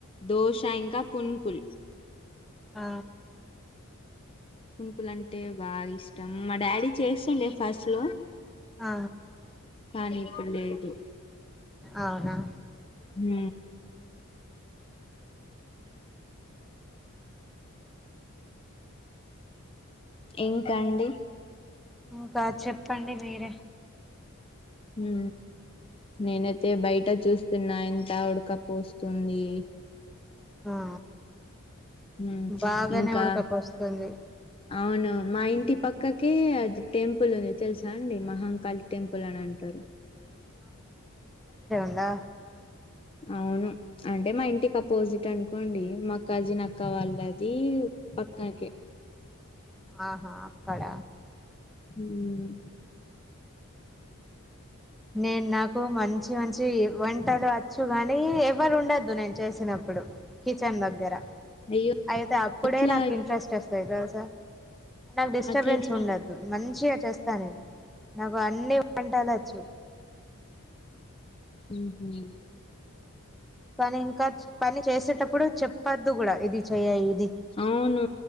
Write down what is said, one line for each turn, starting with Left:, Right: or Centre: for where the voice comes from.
Left: దోశ ఇంకా పున్పులు
Centre: ఆ
Left: కుంకులు అంటే బాగా ఇష్టం మా డాడీ చేస్తుండే ఫస్ట్ లో
Centre: ఆ
Left: కానీ ఇ పల్లే ఇదు
Centre: అవునా
Left: హ ఇంకా అండి
Centre: ఇంకా చెప్పండి మీరే
Left: హ నేనైతే బయట చూస్తున్నాయన్ ద గుడకపోస్తుంది
Centre: ఆ
Left: హ్మ్
Centre: బాగానే
Left: ఇంకా
Centre: ఉడకపువస్తుంది
Left: అవును మా ఇంటి పక్కకి అది టెంపుల్ వంది తెలుసా అండి మహాంకాళి టెంపుల్ అని అంటారు
Centre: దా
Left: అవును అంటే మా ఇంటికి అపోజిట్ అనుకోండి మాక్కజీ నక్క వాళ్ళది పక్క కె
Centre: ఆహా అక్కడ
Left: ఉ హా
Centre: నేను నాకు మంచి మంచి వంటలు వచ్చు గాని ఎవ్వరు ఉండొద్దు నేను చేసినప్ ఇప్పుడు కిచెన్ దగ్గర
Left: అయ్యో
Centre: అయితే అప్పుడే
Left: అట్లా
Centre: నాకు ఇంట్రెస్ట్ వస్తయి తెలుసా నాకు డిస్టర్బెన్స్
Left: అట్లా ఎట్లా
Centre: ఉండదు మంచిగా చేస్తా నేను నాకు అన్ని వంటలచ్చు
Left: ఉహు
Centre: కానీ ఇంకా పని చేసేటప్పుడు చెప్పద్దు కూడా ఇది చెయ ఇ
Left: అవును